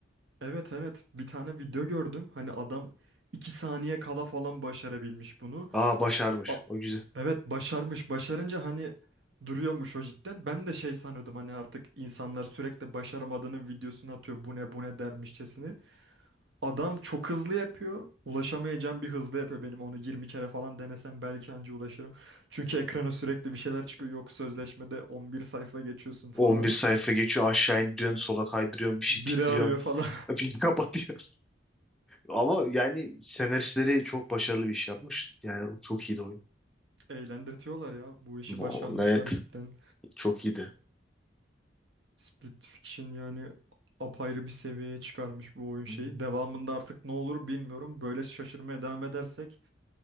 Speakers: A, on the right; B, in the centre.
A: Evet evet bir tane video gördüm hani adam 2 saniye kala falan başarabilmiş bunu.
B: Aa başarmış.
A: A-
B: O güzel.
A: Evet başarmış. Başarınca hani duruyormuş o cidden. Ben de şey sanıyordum hani artık insanlar sürekli başaramadığının videosunu atıyor. Bu ne bu ne dermişçesini. Adam çok hızlı yapıyor. Ulaşamayacağım bir hızlı yapıyor benim. Onu 20 kere falan denesem belki anca ulaşırım. Çünkü ekrana sürekli bir şeyler çıkıyor. Yok sözleşmede 11 sayfa geçiyorsun falan.
B: 11 sayfa geçiyor aşağı indiriyorsun sola kaydırıyorsun bir şey
A: Biri
B: tıklıyorsun.
A: arıyor falan.
B: Bir <laughs> kapatıyor. Ama yani senaristleri çok başarılı bir iş yapmış. Yani o çok iyiydi oyun.
A: <laughs> Eğlendirtiyorlar ya. Bu işi
B: No,
A: başarmışlar
B: Evet
A: cidden.
B: çok iyiydi.
A: Split Fiction yani apayrı bir seviyeye çıkarmış bu oyun şeyi.
B: Hmm.
A: Devamında artık ne olur bilmiyorum. Böyle şaşırmaya devam edersek